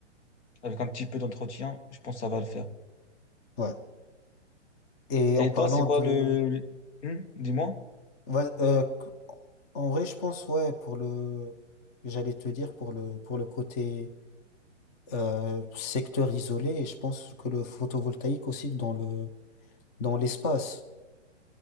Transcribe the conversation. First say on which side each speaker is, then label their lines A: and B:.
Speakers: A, on the left; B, on the left.
A: avec un petit peu d'entretien, je pense que ça va le faire.
B: Ouais. Et
A: Et
B: en parlant
A: toi, c'est quoi
B: de,
A: le... le- Hmm Dis-moi.
B: Ouais, euh, qu- en vrai, je pense, ouais, pour le, j'allais te dire, pour le, pour le côté euh, secteur isolé, et je pense que le photovoltaïque aussi dans le, dans l'espace,